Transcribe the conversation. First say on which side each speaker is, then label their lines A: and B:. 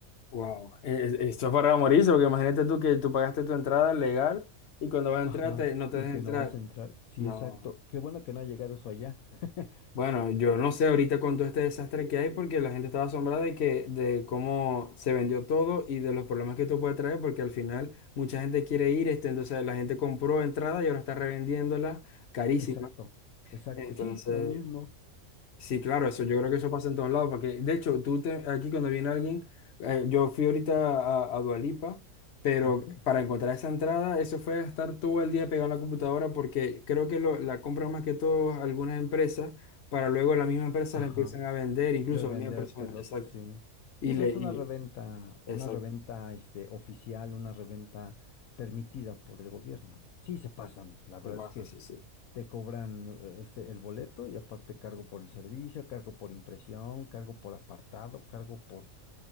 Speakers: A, on the left; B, on the left.
A: Wow. Eh, eh, Esto es para morirse, porque imagínate tú que tú pagaste tu entrada legal y cuando vas a entrar
B: Ajá.
A: te- no te
B: Y
A: dejan
B: que
A: entrar.
B: no vas a entrar. Sí,
A: No.
B: exacto. Qué bueno que no ha llegado eso allá. <laughs>
A: Bueno, yo no sé ahorita con todo este desastre que hay porque la gente estaba asombrada de que de cómo se vendió todo y de los problemas que esto puede traer porque al final mucha gente quiere ir, este, entonces la gente compró entrada y ahora está revendiéndola carísima.
B: Exacto. Exacto.
A: Entonces,
B: Sí, lo mismo.
A: Sí, claro, eso, yo creo que eso pasa en todos lados, porque de hecho, tú te- aquí cuando viene alguien, eh, yo fui ahorita a, a Dua Lipa, pero
B: Ok.
A: para encontrar esa entrada, eso fue estar todo el día pegado en la computadora, porque creo que lo- la compran más que todo algunas empresas, para luego las mismas empresas
B: Ajá.
A: la empiezan a vender, incluso
B: Revendértelos,
A: a la misma persona, exacto,
B: sí. Sí,
A: y le,
B: pues
A: y,
B: es una reventa,
A: exacto,
B: una reventa este oficial, una reventa permitida por el gobierno. Sí se pasan, la verdad
A: se pasa,
B: es que
A: sí, sí,
B: te cobran eh, este el boleto y aparte cargo por el servicio, cargo por impresión, cargo por apartado, cargo por